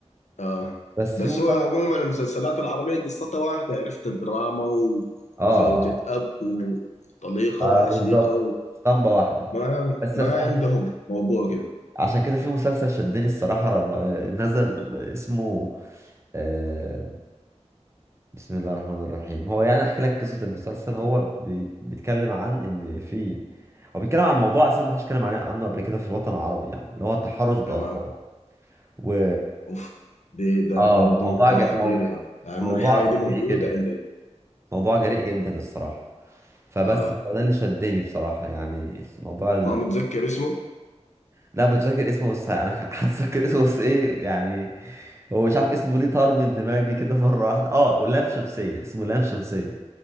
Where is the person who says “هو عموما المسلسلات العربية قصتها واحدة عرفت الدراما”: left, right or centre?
Left